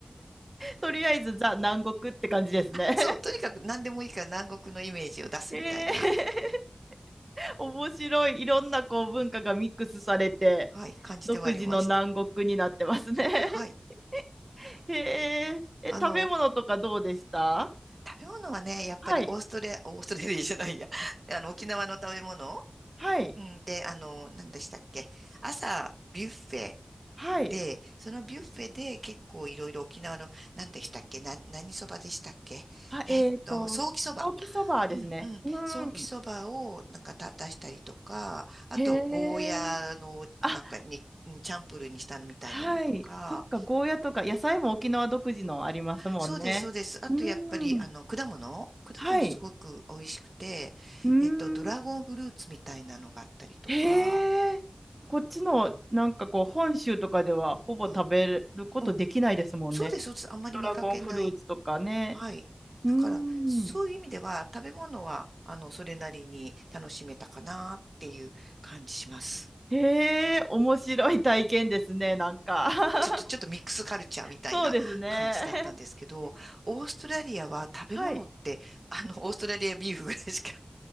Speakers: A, on the right; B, on the right.
A: とりあえず、ザ・南国って感じですね。
B: そう、とにかく何でもいいから南国のイメージを出すみたいな、
A: <laughs> へえ。<laughs> 面白い。いろんなこう文化がミックスされて、
B: はい、感じてはありました。
A: 独自の南国になってますね。
B: はい。
A: <laughs> へえ。え、
B: あの、
A: 食べ物とかどうでした
B: 食べ物はね、やっぱりオーストラリア、
A: はい。
B: オーストラリアじゃないや、<laughs> あの、沖縄の食べ物、
A: はい。
B: うん、で、あの、何でしたっけ、朝、ビュッフェ
A: はい。
B: で、そのビュッフェで結構いろいろ沖縄の、何でしたっけ、な、何そばでしたっけ、
A: あ、えっと、
B: えっと、ソーキそば。
A: ソーキそばですね。
B: うんうん。
A: うん。
B: ソーキそばをなんかた出したりとか、あと、
A: へえ。
B: ゴーヤのなんかに、
A: あ、
B: チャンプルーにしたのみたいなのとか、
A: はい。そっか、ゴーヤとか、野菜も沖縄独自のありますもんね。
B: そうです、そうです。あとやっぱり、
A: うん。
B: あの、果物果物すごく美味しくて、
A: はい。うん。
B: えっと、ドラゴンフルーツみたいなのがあったりとか、
A: へえ。こっちの、なんかこう、本州とかでは、ほぼ食べることできないですもんね。
B: うん、うん、そうです、そうです。あんまり見かけない。
A: ドラゴンフルーツとかね。
B: はい。
A: うん。
B: だから、そういう意味では、食べ物は、あの、それなりに楽しめたかなっていう感じします。
A: へえ、面白い体験ですね、なんか。<laughs>
B: ちょっと、ちょっとミックスカルチャーみたいな感じだったんですけど、
A: そうですね。<laughs>
B: オーストラリアは食べ物って、
A: はい。
B: あの、オーストラリアビーフぐらいしか、